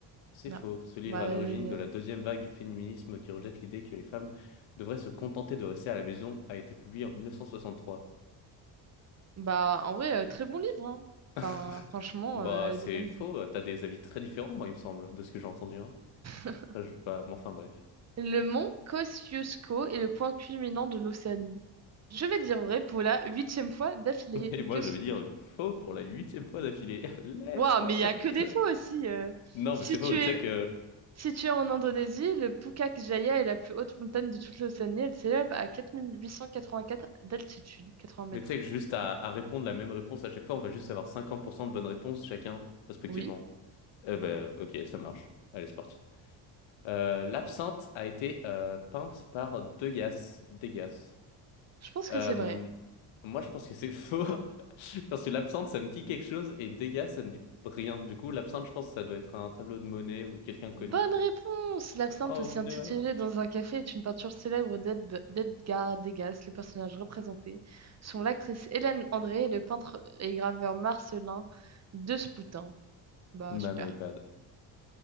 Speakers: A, on the left (about 70°); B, on the right (about 35°).
A: C'est faux.
B: Ah.
A: Ce livre
B: Bah,
A: est à
B: euh,
A: l'origine de la deuxième vague du féminisme qui rejette l'idée que les femmes devraient se contenter de rester à la maison a été publié en 1963.
B: bah, en vrai, euh, très bon livre, hein. Enfin,
A: <laughs>
B: franchement,
A: Bah
B: euh, elle
A: c'est
B: a des bonnes
A: faux,
B: idées.
A: t'as des avis très différents, moi, il me semble, de ce que j'ai entendu, hein.
B: <laughs>
A: Enfin, je veux pas, mais enfin bref.
B: Le mont Kosciuszko est le point culminant de l'Océanie. Je vais dire vrai pour la huitième fois d'affilée.
A: <laughs> Et moi,
B: Qu'est-ce-
A: je vais dire faux pour la huitième fois d'affilée. <laughs> Let's
B: Waouh,
A: go!
B: mais il n'y a que des
A: <laughs>
B: fois aussi. euh.
A: Non,
B: Située,
A: mais c'est faux, tu sais que
B: située en Indonésie, le Pukak Jaya est la plus haute montagne de toute l'Océanie. Elle s'élève à 4884 d'altitude, 80 mètres.
A: Mais tu sais que juste à, à répondre la même réponse à chaque fois, on va juste avoir 50% de bonnes réponses chacun, respectivement.
B: Oui,
A: Eh ben, ok, ça marche. Allez, c'est parti. Euh, l'absinthe a été euh, peinte par Degas. Degas.
B: je pense
A: Euh,
B: que c'est vrai.
A: moi, je pense que c'est faux. <laughs> Parce que l'absinthe, ça me dit quelque chose et Degas, ça me dit rien. Du coup, l'absinthe, je pense que ça doit être un tableau de Monet ou de quelqu'un de connu.
B: Bonne réponse! L'absinthe,
A: Oh
B: aussi
A: no!
B: intitulée dans un café, est une peinture célèbre d'Ed- d'Edgar Degas, le personnage représenté, sont l'actrice Hélène André et le peintre et graveur Marcelin Despoutin. Bah,
A: Bah,
B: super.
A: my bad.